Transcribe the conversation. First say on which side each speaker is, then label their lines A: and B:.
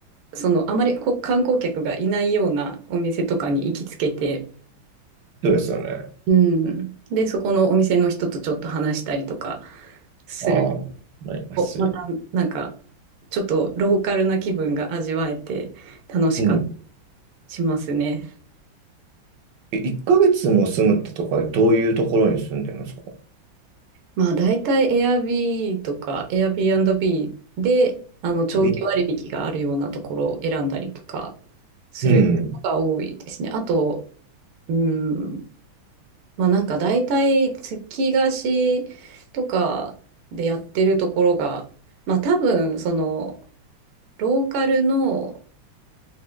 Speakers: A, on the right; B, on the right.
A: そのあまりこう観光客がいないようなお店とかに行きつけて、
B: そうですよね。
A: うん、でそこのお店の人とちょっと話したりとかする
B: ああ、羨ましい。
A: とまたなんかちょっとローカルな気分が味わえて楽しかったり
B: うん。
A: しますね。
B: え1ヶ月も住むってとかでどういうところに住んでるんですか
A: まあ大体 Airb n b とか Airbnb であの長期割引があるようなところを選んだりとか
B: び
A: することが多いですね。
B: うん。
A: あと、うん、まあなんか大体月貸しとかでやってるところが、まあ多分そのローカルの